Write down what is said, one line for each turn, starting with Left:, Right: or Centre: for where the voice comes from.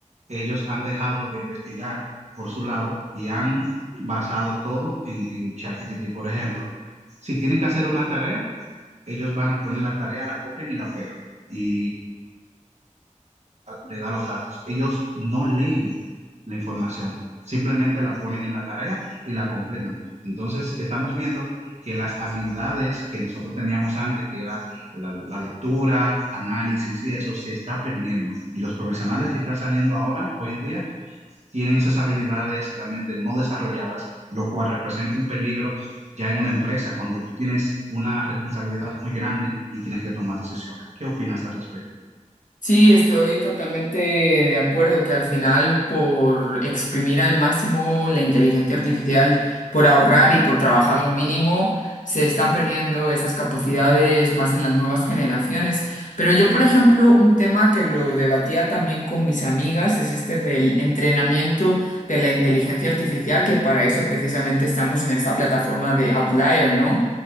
Right: ellos han dejado de investigar por su lado y han basado todo en, en ChatGPT. Por ejemplo, si tienen que hacer una tarea, ellos van, ponen la tarea, la copian y la pegan. Y le da los datos. Ellos no leen la información, simplemente la ponen en la tarea y la completan. Entonces, estamos viendo que las habilidades que nosotros teníamos antes, que era la, la, lectura, análisis y eso, se está perdiendo. Y los profesionales que están saliendo ahora, hoy en día, tienen esas habilidades realmente no desarrolladas, lo cual representa un peligro ya en una empresa cuando tú tienes una responsabilidad muy grande y tienes que tomar decisiones. ¿Qué opinas al respecto?
Left: Sí, estoy totalmente de acuerdo que al final por exprimir al máximo la inteligencia artificial, por ahorrar y por trabajar lo mínimo, se están perdiendo esas capacidades más en las nuevas generaciones. Pero yo, por ejemplo, un tema que lo debatía también con mis amigas es este del entrenamiento de la inteligencia artificial, que para eso precisamente estamos en esta plataforma de Outlier, ¿no?